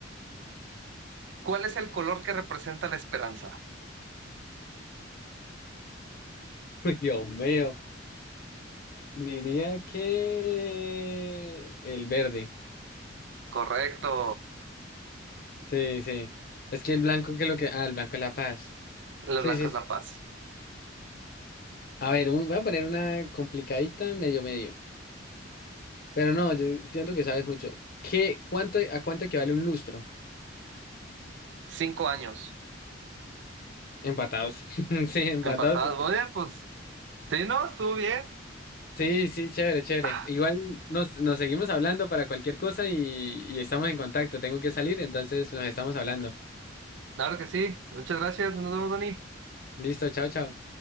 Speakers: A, on the right; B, on the left.
A: ¿Cuál es el color que representa la esperanza?
B: Uy, Dios mío. Diría que el verde.
A: Correcto.
B: Sí, sí. Es que el blanco, ¿qué es lo que? Ah, el blanco es la paz.
A: La
B: Sí,
A: blanca
B: sí.
A: es
B: sí.
A: la paz.
B: A ver, un- voy a poner una complicadita medio medio. Pero no, yo siento que sabes mucho. ¿Qué, cuánto, a cuánto equivale un lustro?
A: Cinco años.
B: Empatados. <laughs> Sí, empatados.
A: Empatadas. Muy bien, pues. Sí, no, estuvo bien.
B: Sí, sí, chévere, chévere.
A: Ah,
B: Igual nos, nos seguimos hablando para cualquier cosa y, y estamos en contacto. Tengo que salir, entonces nos estamos hablando.
A: claro que sí. Muchas gracias. Nos vemos, Dani.
B: Listo, chao, chao.